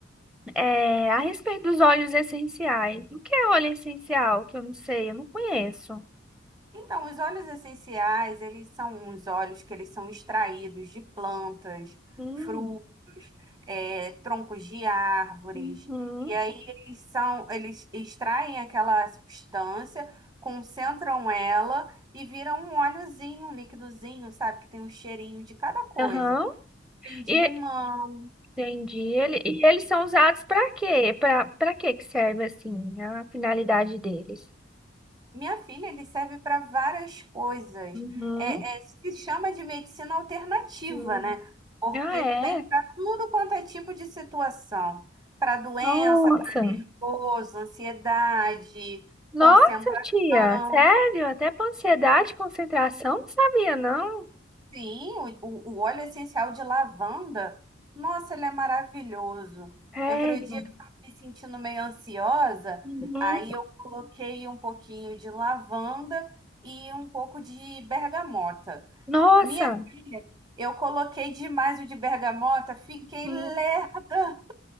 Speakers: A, in the centre; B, on the right.
A: É, a respeito dos óleos essenciais. O que é óleo essencial? Que eu não sei, eu não conheço.
B: Então, os óleos essenciais, eles são uns óleos que eles são extraídos de plantas,
A: Hum.
B: frutos, eh, troncos de árvores.
A: Uhum.
B: E aí eles são, eles extraem aquela substância, concentram ela e viram um óleozinho, um líquidozinho, sabe? Que tem um cheirinho de cada coisa.
A: Aham.
B: Tem de
A: E
B: limão,
A: entendi. Ele, e eles são usados para quê? Para para que que serve assim? A finalidade deles?
B: Minha filha, ele serve para várias coisas.
A: Uhum.
B: É, é, se chama de medicina alternativa,
A: Hum.
B: né? Porque
A: Ah,
B: tem
A: é.
B: para tudo quanto é tipo de situação. Para doença,
A: Nossa.
B: para nervoso, ansiedade,
A: Nossa,
B: concentração.
A: tia, sério? Até para ansiedade, concentração, não sabia não.
B: Sim, o, o- o óleo essencial de lavanda, nossa, ele é maravilhoso.
A: Sério.
B: Outro dia eu estava me sentindo meio ansiosa,
A: Uhum.
B: aí eu coloquei um pouquinho de lavanda e um pouco de bergamota.
A: Nossa.
B: Minha filha, eu coloquei demais o de bergamota, fiquei
A: Uhum.
B: lerda.